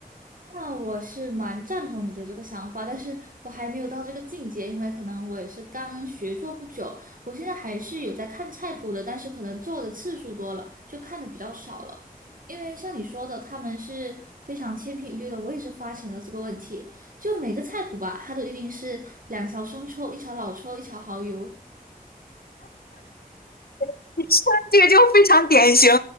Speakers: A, on the right; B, on the left.
A: 那我是蛮赞同你的这个想法，但是我还没有到这个境界，因为可能我也是刚学做不久，我现在还是有在看菜谱的，但是可能做的次数多了，就看的比较少了。因为像你说的，他们是非常千篇一律的，我也是发现了这个问题。就每个菜谱吧，它都一定是两勺生抽、一勺老抽、一勺蚝油，
B: <laughs> 你说的这个就非常典型，